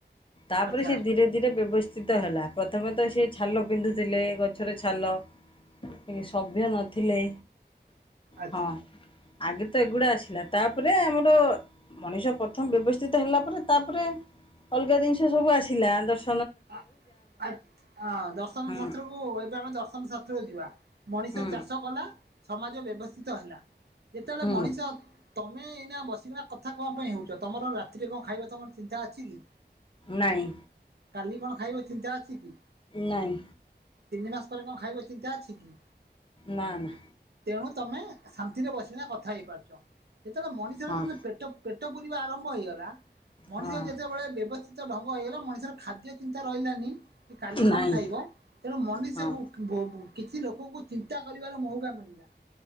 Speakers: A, on the left; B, on the right.
A: ତାପରେ
B: ଆଚ୍ଛା
A: ସେ ଧୀରେ ଧୀରେ ବ୍ୟବସ୍ ଚିତ ହେଲା ପ୍ରଥମେ ତ ସିଏ ଛାଲ ପିନ୍ଧୁଥିଲେ ଗଛର ଛାଲ କି ସଭ୍ୟ ନଥିଲେ
B: ଆଚ୍ଛା
A: ହଁ ଆଗେ ତ ଏଗୁଡା ଆସିଲା ତାପରେ ଆମର ମଣିଷ ପ୍ରଥମ ବ୍ୟବସ୍ଥିତ ହେଲା ପରେ ତାପରେ ଅଲଗା ଜିନିଷ ସବୁ ଆସିଲା ଦସ
B: ଆ ଆ ହଁ ଦର୍ଶନ
A: ହଁ
B: ଶାସ୍ତ୍ରକୁ ଏବେ ଆମେ ଦର୍ଶନ ଶାସ୍ତ୍ର ତେବେଳେ ଯିବା ମଣିଷ
A: ହୁଁ
B: ଚାଷ କଲା ସମାଜ ବେ ଅବସ୍ଥିତ ହେଲା। ଯେତେବେଳେ
A: ହୁଁ
B: ମଣିଷ ତମେ ଏଇନା ବସିକି କଥା କଣ ପାଇଁ ହଉଛ ତମର ରାତିରେ କଣ ଖାଇବା ତମର ଚିନ୍ତା ଅଛି କି?
A: ନାହିଁ।
B: କାଲି କଣ ଖାଇବ ଚିନ୍ତା ଅଛି କି?
A: ନାହିଁ
B: ତିନି ମାସ ପରେ କଣ ଖାଇବ ଚିନ୍ତା ଅଛି କି?
A: ନା ନା
B: ତେଣୁ ତମେ ଶାନ୍ତିରେ ବସିନା କଥା ହେଇପାରୁଛ। ଯେତେବେଳେ ମଣିଷରେ
A: ହଁ
B: ଯେତେବେ ପେଟ ପେଟ ପୂରିବା ଆରମ୍ଭ ହେଇଗଲା ମଣିଷ
A: ହଁ
B: ଯେତେବେଳେ ବ୍ୟବସ୍ ଢଙ୍ଗ ହେଇଗଲା ମଣିଷର ଖାଦ୍ୟ ଚିନ୍ତା ରହିଲାନି କି କାଲି କଣ
A: ନାଇଁ
B: ଖାଇବ ତେଣୁ ମଣିଷକୁ
A: ହଁ
B: କିଛି ଲୋକଙ୍କୁ ଚିନ୍ତା କରିବାର ମଉକା ମିଳିଲା।